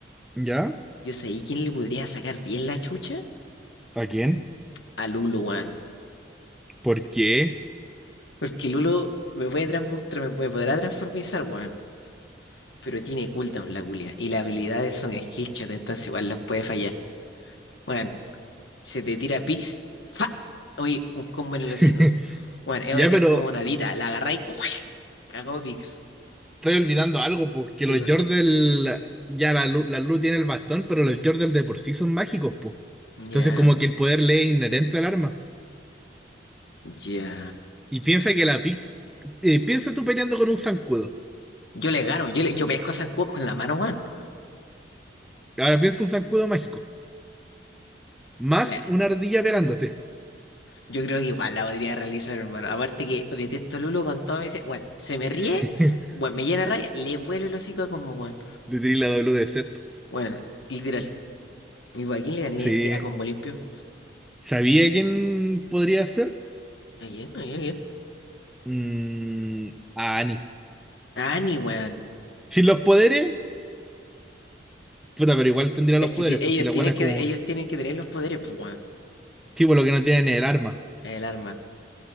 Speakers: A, in the centre; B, on the left.
A: ¿ya?
B: yo sé quién le podría sacar bien la chucha
A: ¿A quién?
B: a Lulu, weón.
A: ¿Por qué?
B: Porque Lulu me puede transmu- tra- me, me podrá transformizar, weón. Pero tiene cooldown la culia. Y las habilidades son skillshot, entonces igual las puede fallar. Weón, se te tira Pix. ¡Fa! Oye, un combo en el
A: <laughs>
B: hocico. Weón, es,
A: Ya,
B: es
A: pero
B: como una dita. La agarrá y ¡cuac! Cagó Pix.
A: estoy olvidando algo, pues, que
B: ¿Qué
A: los
B: cosa?
A: Yordle, ya la, Lu- la luz tiene el bastón, pero los Yordle de por sí son mágicos, pues.
B: Ya,
A: Entonces, como que el poder le es inherente al arma.
B: ya.
A: Y piensa que la Pix, eh, piensa tú peleando con un zancudo.
B: Yo le gano, yo, le, yo pesco a Zancudo con la mano, weón.
A: Ahora piensa un zancudo mágico, más
B: Ya.
A: una ardilla pegándote.
B: Yo creo que igual la podría realizar, hermano. Aparte que detesto a Lulu con todo. Me dice, bueno, se me ríe,
A: <laughs>
B: bueno, me llena raya, le vuelo el hocico a combo, bueno.
A: Le tiré la W de set.
B: Bueno, literal. ¿Y a quién le ganaría
A: Sí.
B: así a combo limpio?
A: ¿Sabía quién podría ser?
B: ¿A quién? ¿A quién? ¿A quién?
A: Mm, a Annie.
B: A Annie, weón.
A: Sin los poderes, puta, pero igual tendría
B: Es
A: los
B: que
A: poderes,
B: ti- ellos
A: pues si la
B: tienen
A: buena es
B: que,
A: como,
B: ellos tienen que tener los poderes, pues, weón.
A: tipo, lo que no tienen es el arma.
B: El arma.